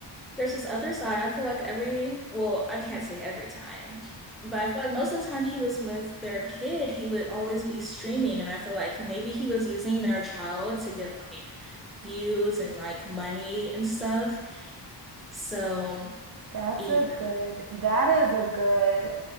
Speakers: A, in the centre; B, on the right (about 55°).
A: there's this other side. I feel like every, well, I can't say every time, but I feel like most of the time he was with their kid, he would always be streaming. And I feel like maybe he was using their child to get like views and like money and stuff. So,
B: That's
A: yeah.
B: a good, that is a good